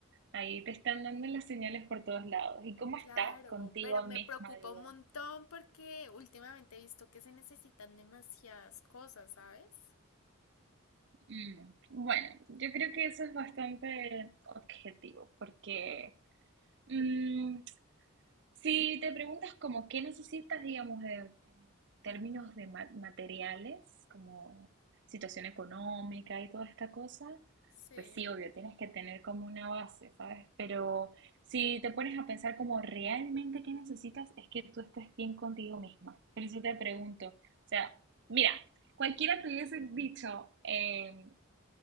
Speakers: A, on the right; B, on the left.
A: ahí te están dando las señales por todos lados. ¿Y cómo
B: Claro,
A: estás contigo
B: pero me
A: misma,
B: preocupa
A: digo?
B: un montón porque últimamente he visto que se necesitan demasiadas cosas, ¿sabes?
A: Mm, Bueno, yo creo que eso es bastante objetivo, porque mm, Si te preguntas como qué necesitas, digamos, de- en términos
B: Ujú,
A: de ma- materiales, como situación económica y toda esta cosa,
B: Sí.
A: pues sí, obvio, tienes que tener como una base, ¿sabes? Pero si te pones a pensar como realmente qué necesitas, es que tú estés bien contigo misma. Por eso te pregunto, o sea, mira, cualquiera te hubiese dicho, eh,